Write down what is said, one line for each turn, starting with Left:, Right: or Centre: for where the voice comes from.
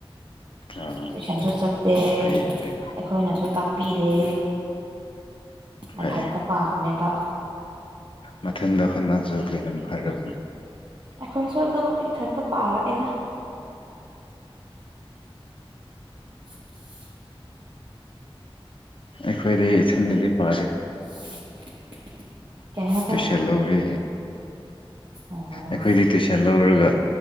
Left: ꯑꯥ
Right: ꯄꯩꯁꯥꯁꯨ ꯆꯠꯇꯦ
Left: ꯐꯩꯌꯦ ꯐꯩ
Right: ꯑꯩꯈꯣꯏꯅꯁꯨ ꯇꯥꯛ ꯄꯤꯔꯦ ꯃꯊꯟꯇ
Left: ꯐꯩꯌꯦ
Right: ꯄꯥꯕꯅꯦꯕ
Left: ꯃꯊꯟꯗ ꯑꯩꯈꯠꯅꯖꯕꯒꯤ ꯌꯥꯝ ꯐꯔꯕꯅꯤ
Right: ꯑꯩꯈꯣꯏꯁꯨ ꯑꯗꯨꯝ ꯏꯊꯟꯇ ꯄꯥꯔꯛꯑꯦꯗ ꯑ
Left: ꯑꯩꯈꯣꯏꯗꯤ ꯏꯁꯝꯗꯗꯤ ꯄꯥꯗꯦ
Right: <unintelligible> ꯍꯥꯏꯕ
Left: ꯇꯨꯏꯁꯟ ꯂꯧꯔꯦ
Right: ꯎꯝ
Left: ꯑꯩꯈꯣꯏꯗꯤ ꯇꯨꯏꯁꯟ ꯂꯧꯔꯒ